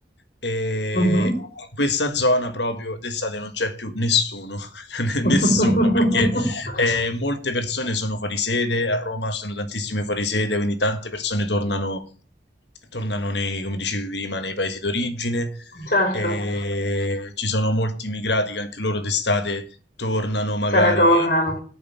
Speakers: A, on the left; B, on the left.
A: E
B: Mhm.
A: in questa zona proprio d'estate non c'è più nessuno, <laughs> nessuno,
B: <laughs>
A: perché eh, molte persone sono fuori sede, a Roma ci sono tantissime fuori sede, quindi tante persone tornano, tornano nei, come dicevi prima, nei paesi d'origine.
B: Certo,
A: E ci sono molti immigrati che anche loro d'estate tornano magari
B: se ne tornano.